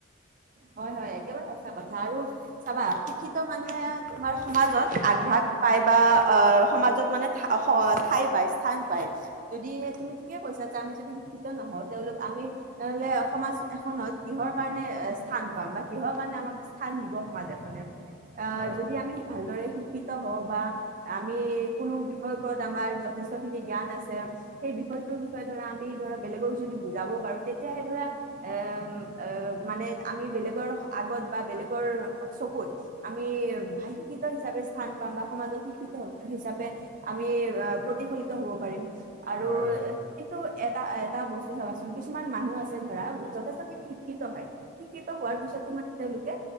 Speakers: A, on the right (about 40°); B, on the left (about 60°).
A: হয় হয় একেবাৰে সঁচা কথা আৰু চাবা শিক্ষিত মানুহে আমাৰ সমাজত আগভাগ পায় বা অ সমাজত মানে ঠাই পায় স্থান পায়। যদিহে তুমি ঠিকে কৈছা যে আমি আমি শিক্ষিত নহওঁ তেওঁলোক আমি সমাজ এখনত কিহৰ কাৰণে স্থান পাম বা কিহৰ কাৰণে আমাক স্থান দিব সমাজ এখনে আ
B: হয়
A: যদি আমি ভালদৰে শিক্ষিত হওঁ বা। আমি কোনো বিষয় ওপৰত আমাৰ যথেষ্ট খিনি জ্ঞান আছে। সেই বিষয়টোৰ বিষয়ে ধৰা আমি ধৰা বেলেগক যদি বুজাব পাৰোঁ তেতিয়াহে ধৰা। এ এ মানে আমি বেলেগৰ আগত বা বেলেগৰ চকুত। আমি <unintelligible> হিচাপে স্থান পাম বা সমাজত শিক্ষিত হিচাপে আমি প্ৰতিফলিত হ'ব পাৰিম আৰু
B: হয় হয়
A: এ কিন্তু এটা এটা বস্তু চাবাচোন কিছুমান মানুহ আছে ধৰা যথেষ্ট খিনি শিক্ষিত হয়। শিক্ষিত হোৱাৰ পিছতো মানে তেওঁলোকে